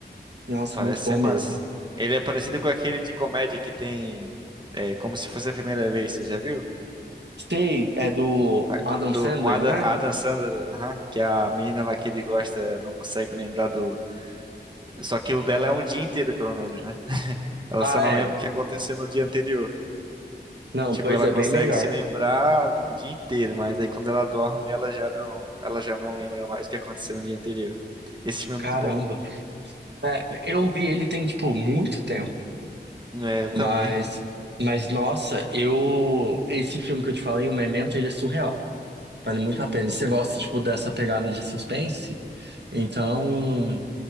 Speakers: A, on the right; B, on the right.
A: Nossa,
B: Parece
A: muito bom
B: ser massa.
A: mesmo.
B: Ele é parecido com aquele de comédia que tem. É, como se fosse a primeira vez, você já viu?
A: Stay é do
B: A-
A: Adam
B: do,
A: Sandler,
B: com Adam,
A: não é?
B: Adam Sandler, aham, que é a menina lá que ele gosta não consegue lembrar do. Só que o dela é um dia inteiro, pelo menos, né? Ela
A: Ah,
B: só não
A: é.
B: lembra o que aconteceu no dia anterior.
A: Não,
B: Tipo,
A: pois
B: ela
A: é,
B: consegue
A: bem melhor.
B: se lembrar o dia inteiro, mas aí quando ela dorme, ela já não, ela já não lembra mais o que aconteceu no dia anterior. Esse filme
A: Caramba.
B: é muito bom.
A: É, eu vi ele tem, tipo, muito tempo,
B: É, eu também.
A: mas, mas nossa, eu, esse filme que eu te falei, o Memento, ele é surreal. Vale muito a pena. E você gosta, tipo, dessa pegada de suspense? Então,